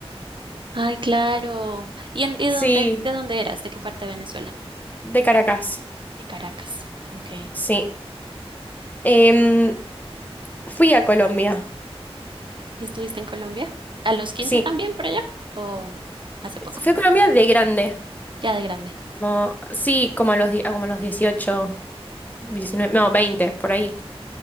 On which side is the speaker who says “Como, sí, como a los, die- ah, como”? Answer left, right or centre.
Left